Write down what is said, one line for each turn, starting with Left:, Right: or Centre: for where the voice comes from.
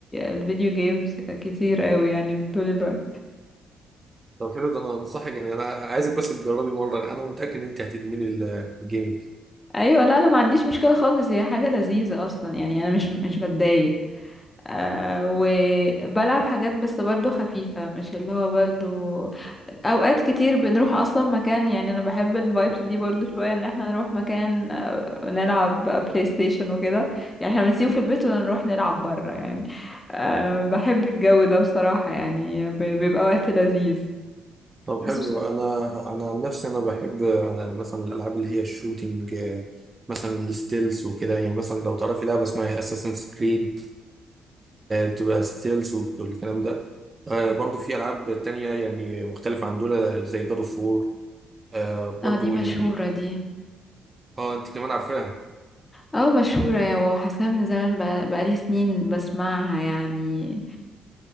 Left: الفيديو جيمز كتير قوي يعني طول الوقت
Right: طب حلو ده انا انصحك يعني انا عايزك بس تجربي مره انا متاكد ان انت هتدمني الجيمنج
Left: ايوه لا انا ما عنديش مشكلة خالص هي حاجة لذيذة اصلا يعني انا مش مش بتضايق آه وبلعب حاجات بس برضو خفيفة مش اللي هو برضو أوقات كتير بنروح أصلا مكان يعني أنا بحب الفايبس دي برضو شوية إن احنا نروح مكان آه، نلعب بلاي ستيشن وكده يعني احنا بنسيبه في البيت ونروح نلعب برا يعني أه بحب الجو ده بصراحة يعني ب- بيبقى وقت لذيذ
Right: طب
Left: بس
Right: حلو
Left: بس
Right: انا انا عن نفسي انا بحب آه، مثلا الالعاب اللي هي الشوتينج آه، مثلا الستيلز وكده يعني مثلا لو تعرفي لعبه اسمها اساسنز كريد بتبقى ستيلز والكلام ده آه، برضو في العاب تانية يعني مختلفه عن دول زي جاد اوف وور برضو
Left: اه دي مشهورة
Right: يعني
Left: دي
Right: اه انت كمان عارفاها
Left: اه مشهورة يا، وحاساها من زمان بقى بقالي سنين بسمعها يعني